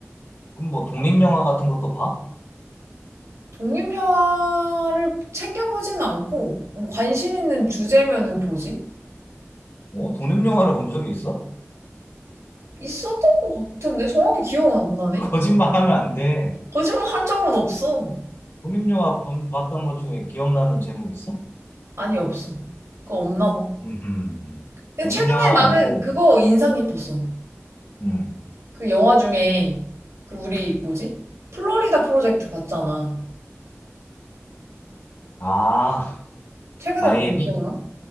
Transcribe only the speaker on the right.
독립영화를 챙겨보지는 않고, 뭐 관심 있는 주제면은 보지?
있었던 것 같은데 정확히 기억은 안 나네.
거짓말 한 적은 없어.
아니 없어. 그거 없나 봐.
근데
최근에 나는
그거 인상 깊었어.
그 영화 중에 그 우리 뭐지? 플로리다 프로젝트 봤잖아.
최근에
본 거 기억나?